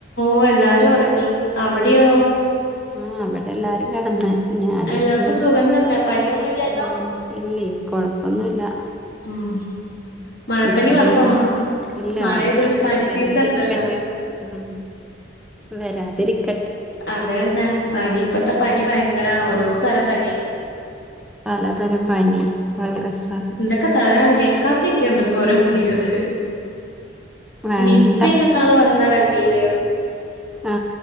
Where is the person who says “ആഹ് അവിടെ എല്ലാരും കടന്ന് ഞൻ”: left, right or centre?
Centre